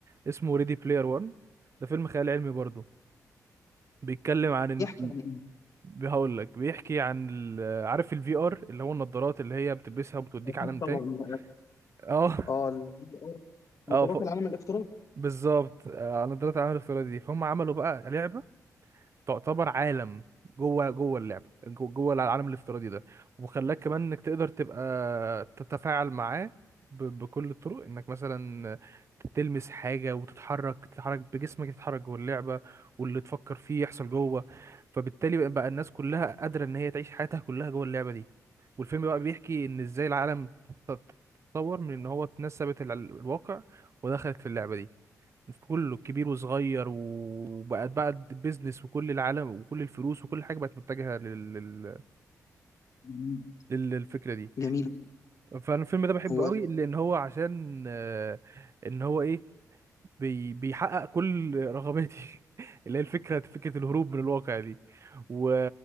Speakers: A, on the right; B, on the left.
A: اسمه ريدي بلاير 1 ده فيلم خيال علمي برضه بيتكلم عن ال...
B: بيحكي عن ايه؟
A: هقول لك بيحكي عن ال... عارف الفي ار اللي هو النضارات اللي هي بتلبسها وبتوديك
B: أكيد
A: عالم تاني
B: طبعا
A: <laughs> اه
B: اه الفي ار نظارات
A: اه ف...
B: العالم الافتراضي
A: بالظبط آه، نضارات العالم الافتراضي دي فهم عملوا بقى لعبه تعتبر عالم جوه جوه اللعبه جو- جوه العالم الافتراضي ده وخلاك كمان انك تقدر تبقى تتفاعل معاه ب- بكل الطرق انك مثلا تلمس حاجه وتتحرك تتحرك بجسمك تتحرك جوه اللعبه واللي تفكر فيه يحصل جوه فبالتالي بقى بقى الناس كلها قادره ان هي تعيش حياتها كلها جوه اللعبه دي والفيلم بقى بيحكي ان ازاي العالم ت- ت- تطور من ان هو تنسبت الع- الواقع ودخلت في اللعبه دي في كله كبير وصغير وبقت بقى بيزنس وكل العالم وكل الفلوس وكل حاجه بقت متجهه لل... لل...
B: جميل
A: لل- للفكره دي
B: جميل.
A: فانا الفيلم ده بحبه
B: هو
A: قوي لان هو عشان آه، ان هو ايه بي... بيحقق كل رغباتي <laughs> اللي هي الفكره فكره الهروب من الواقع دي و...